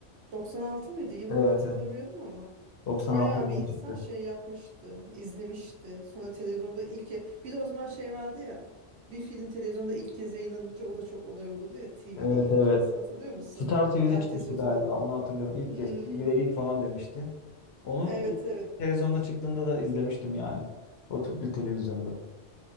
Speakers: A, on the right (about 65°); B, on the left (about 65°).
A: 96 mıydı? Yılını
B: Evet.
A: hatırlamıyorum
B: evet.
A: ama
B: 96
A: bayağı
B: yılında
A: bir insan
B: çıktı.
A: şey yapmıştı, izlemişti. Sonra televizyonda ilk ke- bir de o zaman şey vardı ya. Bir film televizyonda ilk kez yayınlanınca o da çok olay olurdu ya TV'de
B: Evet
A: ilk
B: evet.
A: kez. Hatırlıyor musun?
B: Star TV'de
A: Herkes
B: çıkmıştı
A: oturdu.
B: galiba. Onu hatırlıyorum. İlk
A: Hmm,
B: kez. TV'de ilk falan demişti. Onu
A: evet
B: ilk-
A: evet.
B: ilk televizyonda çıktığında da izlemiştim yani. O tüplü televizyonda.